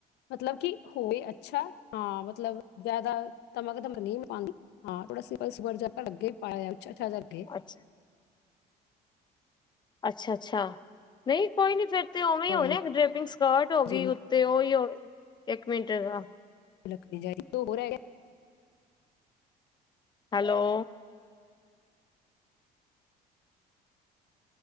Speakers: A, on the left; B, on the left.
A: ਮਤਲਬ ਕਿ ਹੋਵੇ ਅੱਛਾ ਹਾਂ, ਮਤਲਬ ਜਿਆਦਾ ਧਮਕਦਮ ਨਹੀਂ ਪਾਉਂਦੀ ਹਾਂ ਥੋੜਾ ਸੀ ਸੋਬਰ ਜਿਹਾ ਲੱਗੇ ਪਾਇਆ ਅੱਛਾ ਥੋੜਾ ਜਿਹਾ ਅੱਗੇ <inaudible>
B: ਅੱਛਾ, ਅੱਛਾ-ਅੱਛਾ ਨਹੀਂ ਕੋਈ ਨੀ ਫੇਰ। ਤੇ ਉਵੇਂ
A: ਰੋਇਲ
B: ਹੋਣੇ ਇੱਕ ਡੈਪਿੰਗ ਸਕਰਟ ਹੋਗੀ
A: ਜੀ ਲੁੱਕ
B: ਉੱਤੇ ਉਹੀ ਹੋ ਇੱਕ ਮਿੰਟ ਅ
A: ਲ ਹੋ ਰਿਹਾ <unintelligible> <unintelligible>
B: ਹੈਲੋ।